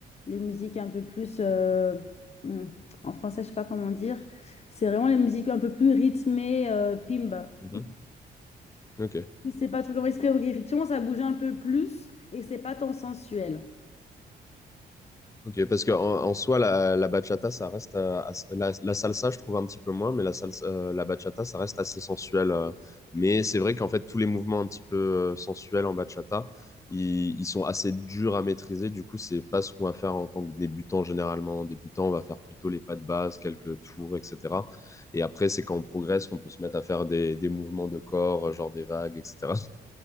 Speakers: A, on the left (about 40°); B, on the left (about 20°).
A: les musiques un peu plus, euh, hmm, en français, je sais pas comment dire. C'est vraiment les musiques un peu plus rythmées, euh, pimba.
B: Mhm. Ok.
A: Je sais pas trop comment expliquer, mais effectivement, ça bouge un peu plus et c'est pas tant sensuel.
B: Ok, parce que en, en soi, la, la bachata, ça reste euh, as- la, la salsa, je trouve un petit peu moins, mais la salsa, euh, la bachata, ça reste assez sensuel. euh. mais c'est vrai qu'en fait, tous les mouvements un petit peu euh, sensuels en bachata, ils, ils sont assez durs à maîtriser. Du coup, c'est pas ce qu'on va faire en tant que débutant généralement. En débutant, on va faire plutôt les pas de base, quelques tours, etc. Et après, c'est quand on progresse qu'on peut se mettre à faire des, des mouvements de corps, euh, genre des vagues, etc. <laughs>